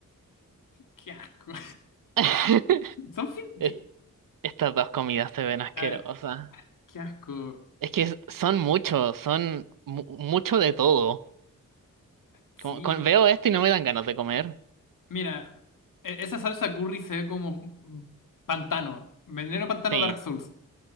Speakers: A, on the left (about 70°); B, on the right (about 75°).
A: Qué asco.
B: <laughs>
A: <laughs> Son fin-
B: Es-
A: qué,
B: Estas dos comidas se ven asquerosas.
A: a ver, qué asco.
B: Es que es- son muchos, son mu- mucho de todo.
A: Sí.
B: Como- con- veo esto y no me dan ganas de comer.
A: Mira, e- esa salsa curry se ve como pantano. Veneno pantano
B: Sí,
A: Dark Souls.